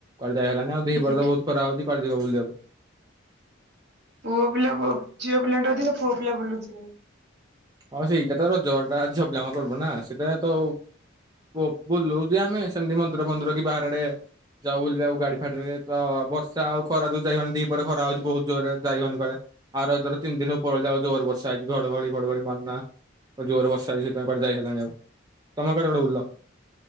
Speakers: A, on the right (about 20°); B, on the right (about 55°).
A: ଯାଇ ହେଲାନି ଆଉ ଦିପହରେ
B: ହୁଁ ହୁଁ,
A: ତ ବହୁତ ଖରା ହଉଛି କୁଆଡେ ଯିବ ବୁଲିବାକୁ।
B: ପୁଅ ପିଲା ପ ଝିଅ ପିଲାଙ୍କ ଠୁ ଅଧିକ ପୁଅ ପିଲା ବୁଲୁିଥିବେ।
A: ହଁ ସେଇଟା ତ ରଜବାରଟା ଝିଅ ପିଲା ଙ୍କ ପର୍ବ ନା ସେଇଟା ତ ଆଉ। ଓ ବୁଲୁ ଯେ ଆମେ ସେମିତି ମନ୍ଦିର ଫନ୍ଦିର କି ବାହାର ଆଡେ। ଯାଉ ବୁଲିବାକୁ ଗାଡି ଫାଡି ରେ ତ ବର୍ଷା ଆଉ ଖରା ଯୋଉ ଯାଇ ହଉନି ଦିପହରେ ଖରା ହଉଛି ବହୁତ ଜୋରରେ ଯାଇ ହବନି କୁଆଡ଼େ। ଆଉ ରଜ ତିନ ଦିନ ଉପର ଓଳି ଯାହା ହଉ ଜୋରେ ବର୍ଷା ହେଇଛି ଘଡଘଡି ଫଡଘଡି ମା ଜୋର ବର୍ଷା ହେଇଛି ସେଥିପାଇଁ କୁଆଡେ ଯାଇ ହେଲାନି ଆଉ। ତମେ କୁଆଡେ କୁଆଡେ ବୁଲିଲ?